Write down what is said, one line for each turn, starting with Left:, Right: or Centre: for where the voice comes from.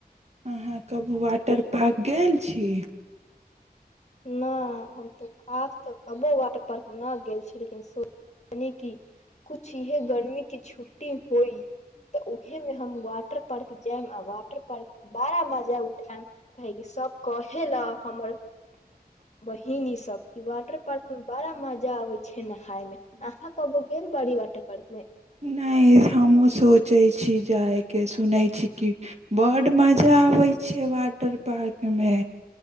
Right: अहाँ कबू वाटर पार्क गेल छी।
Left: नहि हम तऽ आ तऽ कबो वाटर पार्क न गेल छि लेकिन सूनी की कुछ यह गर्मी क छुट्टी होई तऽ उहे मे हम वाटर पार्क जायब आ वाटर पार्क बड़ा मजा उठायब। काहेकि सब कहे लए हमर बहिन ई सब क वाटर पार्क में बड़ा मजा आबे छै नहाय में। आहा कबो गेल बाड़ी वाटर पार्क में।
Right: नहि हमहु सोचे छी जाय के सुनै छि बड़ मजा आबे छै वाटर पार्क मे।